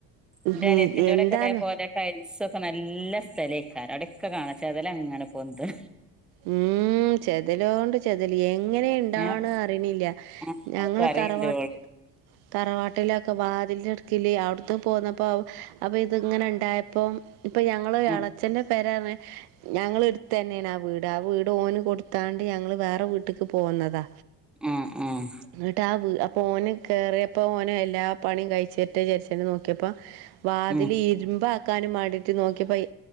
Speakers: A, in the centre; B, on the right.
A: ഇന്റെ
B: നീ
A: അനിയത്തിൻ്റോടെ
B: എന്താന്ന്
A: ക്കെ ഇതേപോലെ ടൈൽസൊക്കെ നല്ല സ് സലെയ്ക്കാരം അവിടെക്കെ കാണാ ചെതലങ്ങനെ പൊന്ത്ണൂ
B: ഉം ചെതലോണ്ട് ചെതല് എങ്ങനെ ഇണ്ടാവണ്
A: ഏഹ്
B: അറിണില്ല്യ.
A: ആഹ്
B: ഞങ്ങളെ
A: അത് പറയ്ണ്ടോള്
B: തറവാ തറവാട്ടിലൊക്കെ വാതിൽൻ്റെ ഇട്ക്കില് അവ്ട്ന്ന് പോന്നപ്പോ അപ്പ ഇത് ങ്ങനെ ഇണ്ടായപ്പോം ഇപ്പൊ ഞങ്ങളെ എളേച്ചന്റെ
A: ഉം
B: പെരർഞ്ഞ് ഞങ്ങള് ഇട്ത്തതന്നേണ് ആ വീ ട് ആ വീട് ഓന് കൊടുത്താണ്ട് ഞങ്ങള് വേറെ വീട്ട്ക്ക് പോന്നതാ.
A: ആഹ് ആഹ്
B: ന്നട്ടാവ് ഓന് കേറ്യേപ്പോ ഓന് എല്ലാ പണിം കയ്ച്ചട്ടെ ചാര്ച്ച്ണ് നോക്ക്യെപ്പം വാതില്
A: ഉം
B: ഇര്മ്പാ ക്കാനും മാണ്ടീട്ട് നോക്ക്യപ്പൊ ഇ